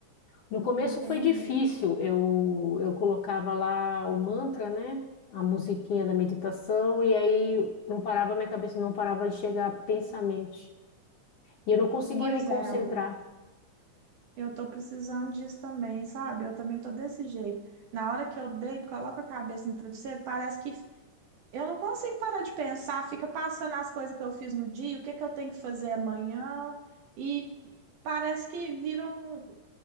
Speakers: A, on the left; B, on the right.
A: No começo
B: entendi.
A: foi difícil, eu, eu colocava lá o mantra, né? A musiquinha da meditação, e aí não parava, minha cabeça não parava de chegar pensamentos. E eu não conseguia
B: Pois
A: me concentrar.
B: é, amiga, eu tô precisando disso também, sabe? Eu também tô desse jeito. Na hora que eu deito, coloco a cabeça no travesseiro, parece que eu não consigo parar de pensar, fica passando as coisas que eu fiz no dia, o que que eu tenho que fazer amanhã, e parece que viram